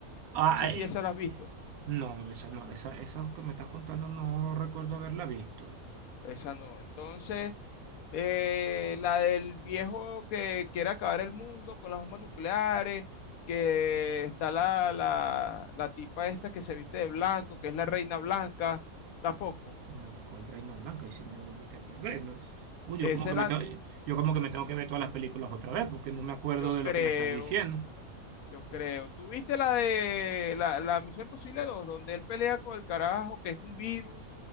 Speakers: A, on the right (about 80°); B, on the left (about 75°).
A: Ay,
B: No sé si esa la has visto.
A: no, esa no, esa, esa que me estás contando no recuerdo haberla visto.
B: Esa no. Entonces, Eh, la del viejo que quiere acabar el mundo con las bombas nucleares, que está la, la, la tipa esta que se viste de blanco, que es la reina blanca, tampoco.
A: No, ¿cuál Reina Blanca, y si me volviste a perder. no. Uy,
B: Esa
A: yo como que
B: es la,
A: me tengo, yo como que me tengo que ver todas las películas otra vez, porque no me acuerdo
B: yo
A: de
B: creo,
A: lo que me estás diciendo.
B: yo creo. ¿Tú viste la de la, la Misión Imposible dos donde él pelea con el carajo, que es un virus,